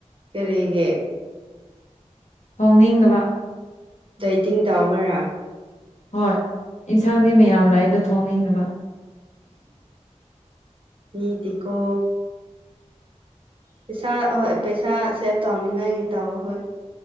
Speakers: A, on the right; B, on the left.
A: ꯀꯔꯤꯒꯤ
B: ꯍꯣꯡꯅꯤꯡꯅꯕ
A: ꯗꯥꯢꯇꯤꯡ ꯇꯧꯃꯔꯥ
B: ꯍꯣꯏ ꯏꯟꯁꯥꯡꯗꯤ ꯃꯌꯥꯝ ꯂꯩꯗꯣ ꯊꯣꯡꯅꯤꯡꯅꯕ
A: ꯃꯤꯗꯤꯀꯣ ꯄꯩꯁꯥ ꯍꯣꯏ ꯄꯩꯁꯥ ꯁꯦꯚ ꯇꯧꯅꯤꯡꯉꯥꯏꯒꯤ ꯇꯥꯑꯣ ꯍꯣꯏ